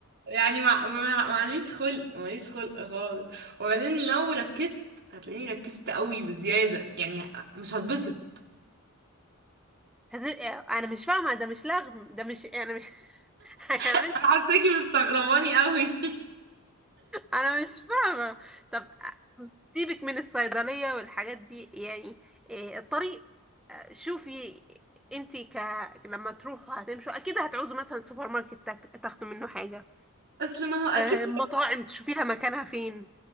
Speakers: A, on the right; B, in the centre.
A: يعني مع... مع- معليش خلق ماليش خلق خالص وبعدين لو ركزت هتلاقيني ركزت قوي بزيادة يعني ه- مش هتبسط
B: <laughs> هت- انا مش فاهمة ده مش لغم ده مش يعني مش <laughs> هيعمل
A: انا حاساكي مستغرباني قوي
B: انا مش فاهمة طب سيبك من الصيدلية والحاجات دي يعني إيه الطريق شوفي انت ك... لما تروحوا هتمشوا اكيد هتعوزوا مثلا سوبر ماركت تاك- تاخدوا منه حاجة
A: <laughs> اصل ما هو اكيد
B: آه، مطاعم تشوفيها مكانها فين